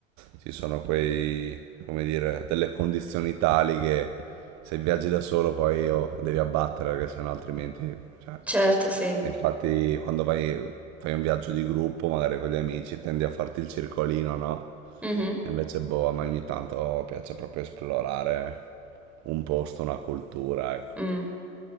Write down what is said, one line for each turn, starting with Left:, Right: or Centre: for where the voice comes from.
Right: ci sono quei, come dire, delle condizioni tali che se viaggi da solo poi oh, devi abbattere, perché sennò altrimenti... cioè,
Centre: certo, sì.
Right: Infatti, quando vai, fai un viaggio di gruppo, magari con gli amici, tendi a farti il circolino, no?
Centre: Mh-mh,
Right: Invece, boh, a me ogni tanto piace proprio esplorare un posto, una cultura, ecco.
Centre: mh.